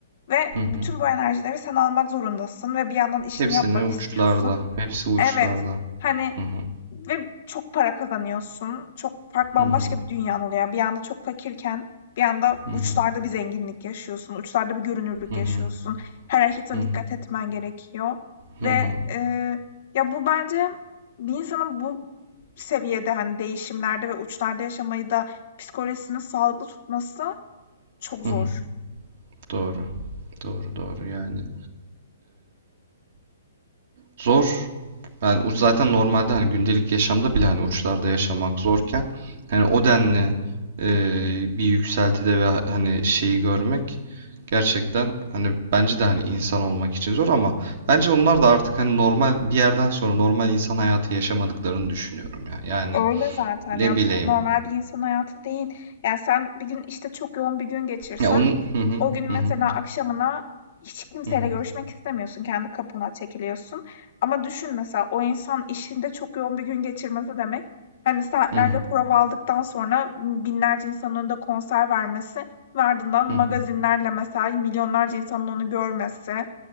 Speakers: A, on the left; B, on the right.
A: Ve
B: Hı
A: bütün
B: hı.
A: bu enerjileri sen almak zorundasın ve bir yandan işini
B: Hepsini
A: yapmak
B: uçlarda.
A: istiyorsun.
B: Hepsi uçlarda.
A: Evet. Hani
B: Hı hı.
A: ve çok para kazanıyorsun. Çok fark bambaşka
B: Hı hı.
A: bir dünyan oluyor. Yani bir anda çok fakirken bir anda
B: Hı
A: uçlarda
B: hı.
A: bir zenginlik yaşıyorsun. Uçlarda bir görünürlük
B: Hı hı.
A: yaşıyorsun. Her hareketine
B: Hı hı.
A: dikkat etmen gerekiyor
B: Hı
A: ve,
B: hı.
A: eee, ya, bu bence bir insanın bu seviyede, hani, değişimlerde ve uçlarda yaşamayı da psikolojisini sağlıklı tutması çok
B: Hı
A: zor.
B: hı. Doğru. Doğru, doğru. Yani zor. Yani u- zaten normalde hani gündelik yaşamda bile hani uçlarda yaşamak zorken hani o denli e, bir yükseltide ve ha- hani şeyi görmek gerçekten hani bence de hani insan olmak için zor ama bence onlar da artık hani normal bir yerden sonra normal insan hayatı yaşamadıklarını düşünüyorum ya. Yani
A: Öyle zaten.
B: ne
A: Yani,
B: bileyim.
A: bu normal bir insan hayatı değil. Yani, sen bir gün, işte, çok yoğun bir gün geçirsen,
B: Ya onun hı hı
A: o gün mesela
B: hı
A: akşamına hiç kimseyle
B: hı hı
A: görüşmek istemiyorsun, kendi kapına çekiliyorsun. Ama düşün mesela o insan işinde çok yoğun bir gün geçirmesi demek, hani, saatlerce
B: hı
A: prova aldıktan sonra binlerce insanın önünde konser vermesi ve ardından
B: hı
A: magazinlerle
B: hı
A: mesela milyonlarca insanın onu görmesi.